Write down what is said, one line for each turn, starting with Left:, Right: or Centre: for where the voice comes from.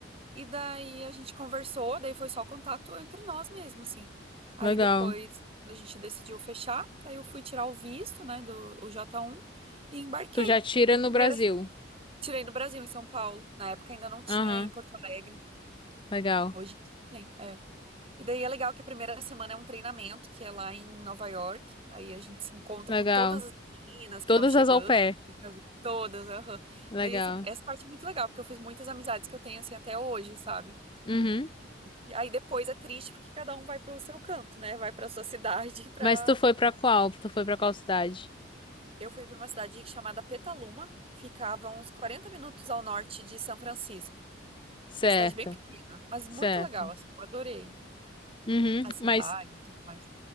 Right: E daí a gente conversou, daí foi só contato entre nós mesmo, assim. Aí
Left: Legal.
Right: depois quando a gente decidiu fechar, daí eu fui tirar o visto, né, do o J1 e embarquei.
Left: Tu já tira
Right: Daí
Left: no
Right: a primeira
Left: Brasil.
Right: tirei no Brasil, em São Paulo. Na época ainda não tinha
Left: Aham,
Right: em Porto Alegre.
Left: legal.
Right: Hoje tem, é. E daí é legal que a primeira semana é um treinamento, que é lá em Nova York. Aí a gente se encontra
Left: Legal.
Right: com todas as meninas que
Left: Todas
Right: estão chegando.
Left: as au pair.
Right: Todas, aham.
Left: Legal.
Right: Daí essa, essa parte é muito legal, porque eu fiz muitas amizades que eu tenho, assim, até hoje, sabe?
Left: Uhum.
Right: E aí depois é triste porque cada um vai pro seu canto, né? Vai pra sua cidade, <laughs> pra
Left: Mas tu foi pra qual? Tu foi pra qual cidade?
Right: Eu fui pra uma cidade chamada Petaluma, que ficava uns 40 minutos ao norte de São Francisco.
Left: Certo,
Right: Uma cidade bem pequena, mas muito
Left: certo.
Right: legal, assim, eu adorei
Left: Uhum.
Right: a cidade
Left: Mas
Right: e tudo mais.